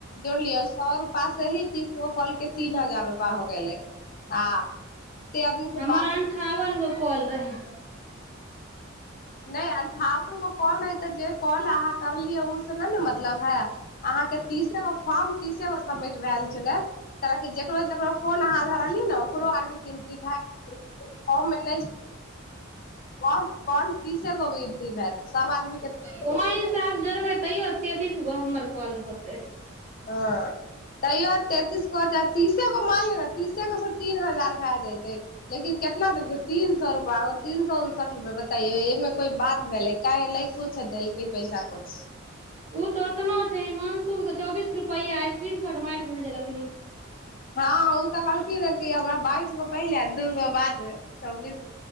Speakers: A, on the left; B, on the right.
A: जोड़लियो सौ रुप पास ही तीसरो कॉल के तीन हजार रूपा हो गेलै आ आदमी से
B: हमर
A: बात
B: अन्ठावन गो कॉल रहेय
A: नहि अंठावन गो कॉल नहि जे कॉल अहाँ करलिये उ से ने ने मतलब हे अहाँ के तीसगो फॉर्म तीसगो सबमिट भेल छले कीकरो जेकरो फोर्न अहाँ धरलियै ने ओकरो आर गिनती भए ओ मे नहि कौन कौन तीसे गो गिनती भेल सब आदमीकें तीसे
B: वहीं
A: गो
B: सास जोड़बै तैयो तेतीस गो हमर कॉल होतै
A: हँ तैयो तेंतीस को तीसे गो मानियोउ तीसे गो सँ तीन हजार भए जतै लेकिन कितना देलकै तीन सए रुपआ तीन सए उनसठ रुपे बताैयो एहिमे को बात भेलै काह लै कुछु देलकै पैसा कुछ
B: <unintelligible> उऽ तऽ ओतना छै इमास तऽ चौबीसस रुपआ स्किन शट मारिक भेजलक
A: हँ ओ तऽ कहलथि रह बाइस गो पहिले दू गो बादमे चौबीस